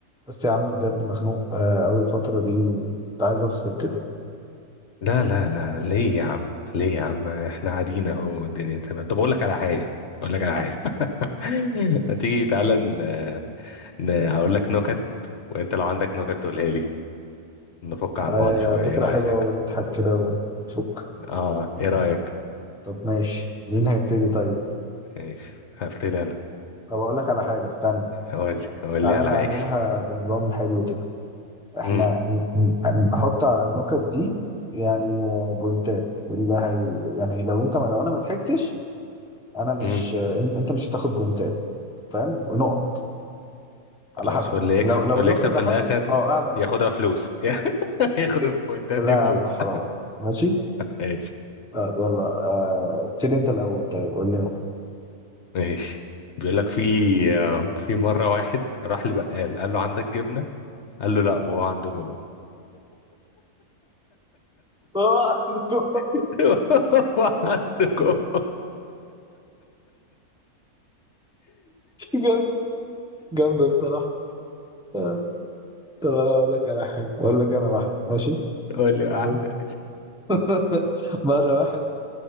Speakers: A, in the centre; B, on the left.
A: بس يا عم بجد مخنوق آه، أول فترة دي وكنت عايز أفصل كده
B: لا لا لا ليه يا عم ليه يا عم احنا قاعدين اهو الدنيا تمام طب اقول لك على حاجه اقول لك على حاجه <laughs> ما تيجي تعالى ن... ن... اقول لك نكت وانت لو عندك نكت تقولها لي نفك عن
A: آه،
B: بعض شويه ايه
A: فكرة
B: رايك
A: حلوة ونضحك كده ونفك
B: اه ايه رايك
A: طب ماشي مين هيبتدي طيب؟
B: ماشي هبتدي انا
A: طب أقول لك على حاجة استنى
B: قول لي قول
A: تعالى
B: لي على
A: نعملها
B: حاجه
A: بنظام حلو كده إحنا
B: امم
A: ن- ن- نحط على النكت دي يعني آه، بوينتات اللي هي يعني لو أنت ما لو أنا ما ضحكتش أنا مش
B: امم
A: آه، إن- أنت مش هتاخد بوينتات فاهم؟ ونقط
B: خلاص
A: على حسب
B: واللي
A: لو
B: يكسب
A: لو
B: واللي
A: النكتة
B: يكسب في
A: ضحكت
B: الاخر
A: أه أعلى نقط
B: ياخدها فلوس <laughs> ياخد
A: إيه،
B: البوينتات دي
A: لا
B: فلوس
A: يا عم حرام ماشي
B: ماشي
A: طيب يلا آه، ابتدي انت الاول طيب قول لي انت.
B: ماشي بيقول لك في آه، في مره واحد راح لبقال قال له عندك جبنه قال له لا وهو عنده جوه
A: آه، <laughs>
B: <laughs> هو عنده جوه
A: جامدة جامدة الصراحة آه، طب أنا أقول لك على حاجة اقول لك انا واحد ماشي
B: قول لي واحدة
A: بص <laughs> مرة واحد